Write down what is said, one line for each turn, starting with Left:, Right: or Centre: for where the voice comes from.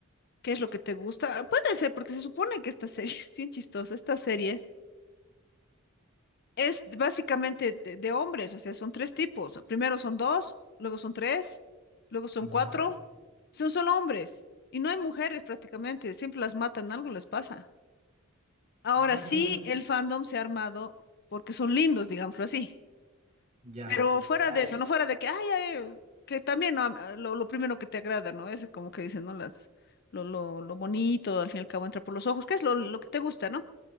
Left: qué es lo que te gusta. Puede ser, porque se supone que esta serie <laughs> es bien chistosa. Esta serie Es básicamente de, de hombres, o sea, son tres tipos. Primero son dos, luego son tres, luego son
Right: Ya.
Left: cuatro. Son solo hombres. Y no hay mujeres prácticamente, siempre las matan, algo les pasa. Ahora
Right: Ah,
Left: sí, el fandom se ha armado porque son lindos, digámoslo así.
Right: ya.
Left: Pero fuera
Right: Ah,
Left: de
Right: ya.
Left: eso, no fuera de que, ay, ay, que también ¿no? Ah, lo, lo primero que te agrada, ¿no? Es como que dicen, ¿no? Las, lo, lo, lo bonito, al fin y al cabo entra por los ojos, que es lo, lo que te gusta, ¿no?